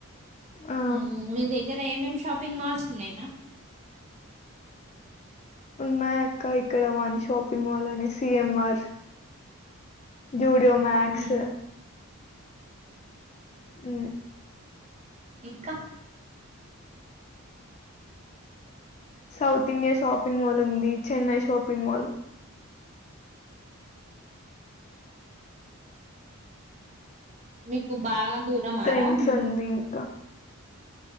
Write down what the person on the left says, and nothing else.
ఆ!
ఉన్నాయ ఆ క ఇక్కడ వన్ షాపింగ్ మాల్ లనేసి సిఎమ్ ఆర్ జూడియో మ్యాక్స్
ఊ
సౌత్ ఇండియా షాపింగ్ మాల్ ఉంది చెన్నై షాపింగ్ మాల్
ట్రెండ్స్
ఉంది ఇంకా.